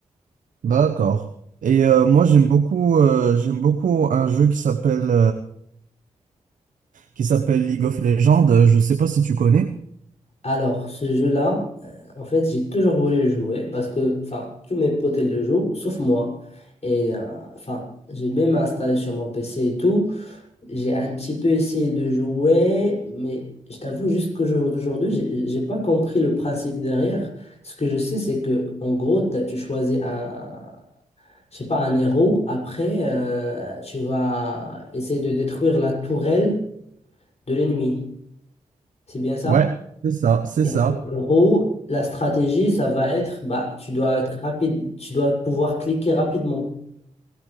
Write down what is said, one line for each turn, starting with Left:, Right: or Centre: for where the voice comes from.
Right: D'accord. Et euh, moi j'aime beaucoup, euh, j'aime beaucoup un jeu qui s'appelle qui s'appelle League of Legends. Euh, Je sais pas si tu connais.
Left: Alors, ce jeu-là, euh, en fait, j'ai toujours voulu le jouer parce que, enfin, tous mes potes ils le jouent, sauf moi. Et, euh, enfin, j'ai même installé sur mon PC et tout. J'ai un petit peu essayé de jouer, mais je t'avoue, jusqu'au jour d'aujourd'hui, j'ai j'ai pas compris le principe derrière. Ce que je sais, c'est que, en gros, t'as- tu choisis un, je sais pas, un héros. Après, euh, tu vas essayer de détruire la tourelle de l'ennemi. C'est bien ça?
Right: Ouais. C'est ça, c'est
Left: Et
Right: ça.
Left: en gros, la stratégie, ça va être, bah, tu dois être rapide, tu dois pouvoir cliquer rapidement.